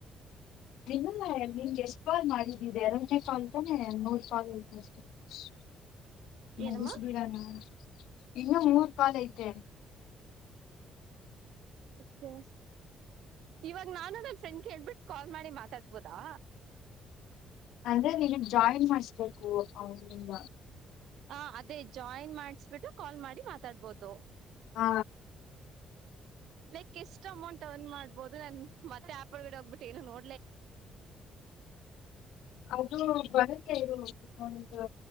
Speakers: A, on the left; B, on the right.
A: ನಿನ್ನಲ್ಲ ನಿನ್ಗೆ ಎಷ್ಟ್ ಕಾಲ್ ಮಾಡಿದ್ದೀಿದ್ದ ಎರಡನೇ ಕಾಲ್ ಅಂತಾನೆ ಮೂರ್ ಕಾಲ್ ಅಂತಿ <inaudible>
B: ಏನಮ್ಮ
A: ಮುಗಸಬ ಬಿಡಾನ ಇನ್ನು ಮೂರು ಪಲ್ ಐತೆ
B: ಕೆ ಇವಾಗ ನಾನು ನ ಫ್ರೆಂಡ್ಗೆ ಹೇಳ್ಬಿಟ್ಟು ಕಾಲ್ ಮಾಡಿ ಮಾತಾಡ್ಬೋದಾ
A: ಅಂದ್ರೆ ನಿ ಜಾಯಿನ್ ಮಾಡಸ್ಬೇಕು ಅವಂದ
B: ಹ ಅದೇ ಜಾಯಿನ್ ಮಾಡಿಸಬಿಟ್ಟು ಕಾಲ್ ಮಾಡಿ ಮಾತಾಡ್ಬೋದು
A: ಹಾ
B: ಲೈಕ್ ಎಷ್ಟ ಅಮೌಂಟ್ ಅವ್ ಮಾಡ್ಬೋದು ನಾನನ್ ಮತ್ತೆ ಆಪಳ ಗಡಡೆ ಹೋಗಬಿಟ್ಟು ಏನ ನೋ
A: ಅದು ಬರುತ್ತೆ ಇರು ಒಂದು